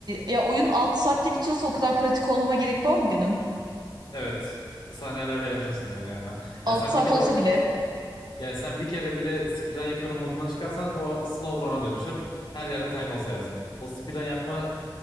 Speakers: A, on the right; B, on the left.
A: ya oyun 6 saatte bitiyorsa o kadar pratik olmama gerek var mı benim?
B: Evet. Saniyelerle yarışıyorsun gene yani.
A: 6
B: Yani sen
A: saat
B: bir kere
A: olsa
B: o
A: bile.
B: yani sen bir kere bile speedrun yapıyorum modundan çıkarsan o slow run'a dönüşür. Her yerde time loss yersin. O speedrun yapma